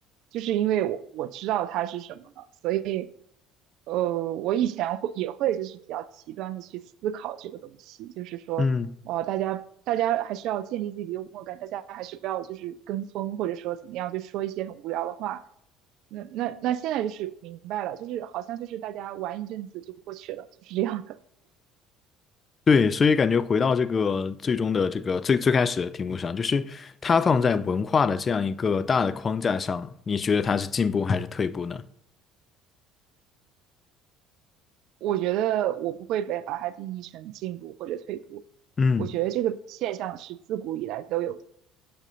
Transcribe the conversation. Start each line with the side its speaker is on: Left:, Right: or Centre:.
Right: 就是因为我我知道它是什么了，所以呃，我以前会也会就是比较极端的去思考这个东西，就是说。
Left: 嗯
Right: 哦，大家大家还是要建立自己的幽默感，大家还是不要就是跟风，或者说怎么样，就说一些很无聊的话。那那那现在就是明白了，就是好像就是大家玩一阵子就过去了，就是这样的。
Left: 对，所以感觉回到这个最终的这个最最开始的题目上，就是它放在文化的这样一个大的框架上，你觉得它是进步还是退步呢？
Right: 嗯 <laughs> 我觉得我不会被把它定义成进步或者退步，
Left: 嗯。
Right: 我觉得这个现象是自古以来都有的。